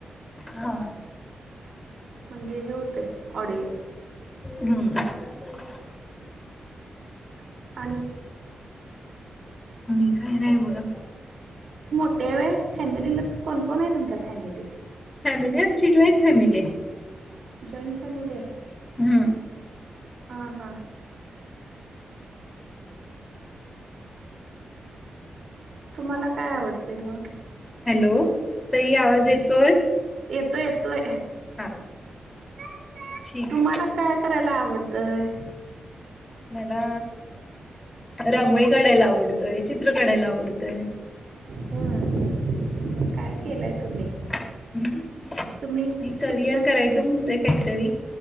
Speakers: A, on the left; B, on the right.
A: हा
B: म्हणजे हे होतय ऑडिओ
A: हम्म <inaudible>
B: <inaudible>
A: आणि काय नाही बघा
B: ते होय फॅमिलीला कोण -कोण आहे तुमच्या फॅमिलीत
A: फॅमिली आमची जॉईंट फॅमिली आहे
B: जॉईंट फॅमिली आहे
A: हम्म
B: हा -हा तुम्हाला काय आवडतय म
A: हॅलो ताई आवाज येतोय?
B: येतोय- येतोय
A: हा
B: <inaudible>
A: ठीक
B: तुम्हाला
A: आहे.
B: काय करायला आवडतंय
A: मला रांगोळी काढायला आवडत येतोय -चित्र काढायला आवडतंय
B: होय <inaudible> मग काय केलाय आहे तुम्ही?
A: <inaudible> हम्म नाही
B: तुम्ही
A: करिअर
B: शिक्षण
A: करायचं म्हणतोय काहीतरी